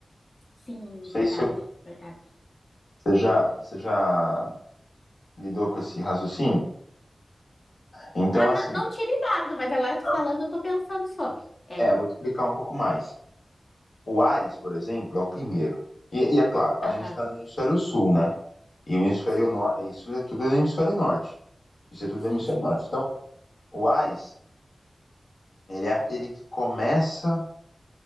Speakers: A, on the left; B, on the left.
A: Sim,
B: Não sei
A: verdade,
B: se eu
A: verdade.
B: Você já, você já lidou com esse raciocínio? Então,
A: Ah,
B: assim,
A: não, não tinha lidado, mas agora tu
B: não-
A: falando, eu tô pensando sobre. É.
B: é, vou te explicar um pouco mais. O Ares, por exemplo, é o primeiro. E, e é claro, a
A: Aham.
B: gente está no hemisfério sul, né? E o hemisfério
A: Sim.
B: norte, isso é tudo no hemisfério norte. Isso é tudo
A: Sim,
B: no hemisfério
A: sim,
B: norte.
A: sim.
B: Então, o Ares, ele é aquele que começa